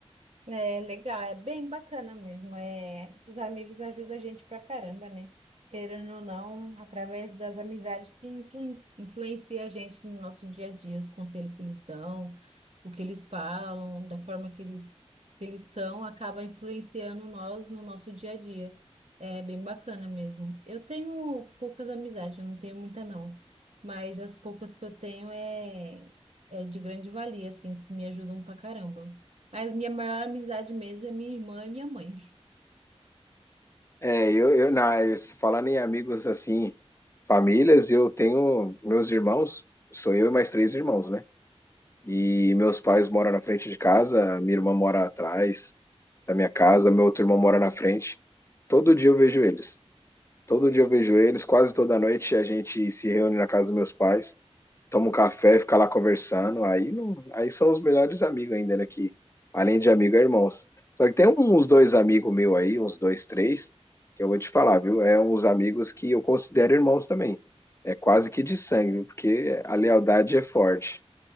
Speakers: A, on the right (about 80°); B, on the left (about 25°).
A: É legal, é bem bacana mesmo. É, os amigos ajudam a gente pra caramba, né? Querendo ou não, através das amizades que influen influencia a gente no nosso dia a dia, os conselhos que eles dão, o que eles falam, da forma que eles, que eles são, acaba influenciando nós no nosso dia a dia. É bem bacana mesmo. Eu tenho poucas amizades, eu não tenho muita não, mas as poucas que eu tenho é, é de grande valia, assim, me ajudam pra caramba. Mas minha maior amizade mesmo é minha irmã e minha mãe.
B: É, eu, eu, na, eu se falar em amigos assim, famílias, eu tenho meus irmãos, sou eu e mais três irmãos, né? E meus pais moram na frente de casa, minha irmã mora atrás da minha casa, meu outro irmão mora na frente. Todo dia eu vejo eles. Todo dia eu vejo eles, quase toda noite a gente se reúne na casa dos meus pais, toma um café, fica lá conversando. Aí, não- aí são os melhores amigos ainda, né? Que, além de amigo, é irmãos. Só que tem um, uns dois amigos meus aí, uns dois, três, que eu vou te falar, viu? É uns amigos que eu considero irmãos também. É quase que de sangue, viu? porque a lealdade é forte.